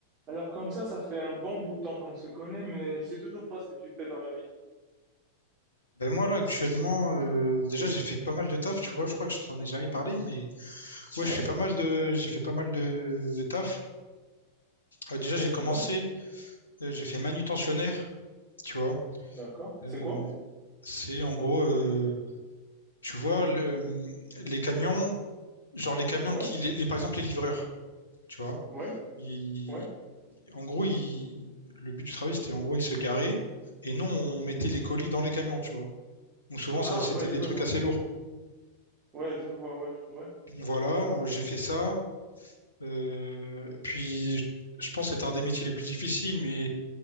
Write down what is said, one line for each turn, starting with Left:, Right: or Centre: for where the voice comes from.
Right: Alors comme ça, ça fait un bon bout de temps qu'on se connaît, mais je sais toujours pas ce que tu fais dans la vie.
Left: Ben moi là actuellement euh, déjà j'ai fait pas mal de taf tu vois je crois que je t'en ai jamais parlé mais ouais
Right: Ouais,
Left: je fais pas mal de j'ai fait pas mal de, de taf Euh, déjà
Right: ouais,
Left: j'ai
Right: dis-moi.
Left: commencé euh, j'ai fait manutentionnaire tu vois
Right: D'accord.
Left: Euh,
Right: C'est quoi?
Left: c'est en gros euh, tu vois le, les camions genre les camions
Right: Ouais,
Left: qui les, les- par exemple les livreurs tu vois
Right: ouais,
Left: ils,
Right: ouais.
Left: en gros ils, le but du travail c'était en gros ils se garaient et nous on mettait les colis dans les camions tu vois donc souvent
Right: Ah
Left: ça c'était
Right: ouais,
Left: des
Right: je
Left: trucs
Right: vois.
Left: assez lourds
Right: Ouais, je vois, ouais, ouais,
Left: voilà euh, j'ai
Right: ouais.
Left: fait ça Euh, puis, je- pense que c'était un des métiers les plus difficiles, mais